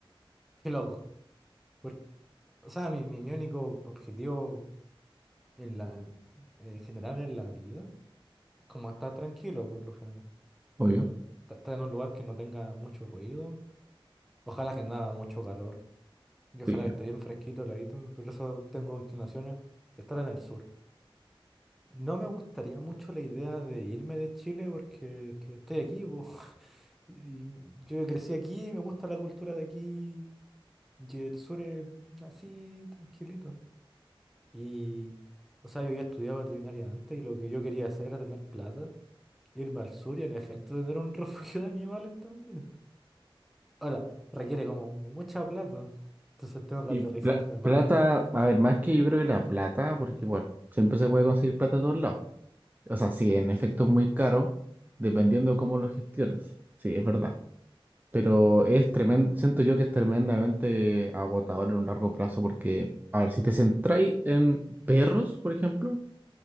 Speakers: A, in the centre; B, on the right (about 20°).
A: qué loco. Por- o sea, mi, mi, mi único objetivo En la, en general en la vida, es como estar tranquilo por lo general.
B: obvio.
A: Tipo, ta- estar en un lugar que no tenga mucho ruido. Ojalá que no haga mucho calor. Y ojalá
B: Sí.
A: que esté bien fresquito, heladito. Por eso tengo inclinaciones de estar en el sur. No me gustaría mucho la idea de irme de Chile porque es que estoy aquí, po. <laughs> Y yo crecí aquí, me gusta la cultura de aquí. Y el sur es así, tranquilito. Y, o sea, yo había estudiado veterinaria antes y lo que yo quería hacer era tener plata Irme al sur y en efecto tener un <laughs> refugio de animales también. Ahora, requiere como mucha plata. Entonces tengo que
B: Y
A: aterrizarme
B: pla-
A: más
B: plata,
A: en... en-
B: a ver, más que yo creo que la plata, porque bueno, siempre se puede conseguir plata a todos lados. O sea, sí, en efecto es muy caro, dependiendo de cómo lo gestiones. Sí, es verdad. Pero es tremendo, siento yo que es tremendamente agotador en un largo plazo, porque, a ver, si te centráis en perros, por ejemplo,